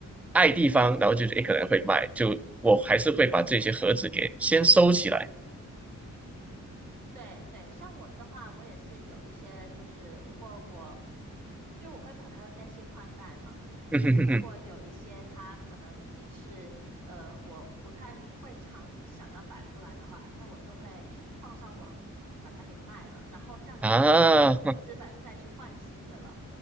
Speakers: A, in the centre; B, on the right.
A: 爱地方，然后就是，哎，可能会卖，就我还是会把这些盒子给先收起来。
B: 对，对，像我的话，我也是有一些，就是如果我，嗯，就我会把它更新换代嘛。
A: <laughs>
B: 就是如果有一些它可能已经是，呃，我不太会常想要摆出来的话，那我就会放上网把它给卖了。然后这样的话，
A: 啊，
B: 我就有资本再去换新的了。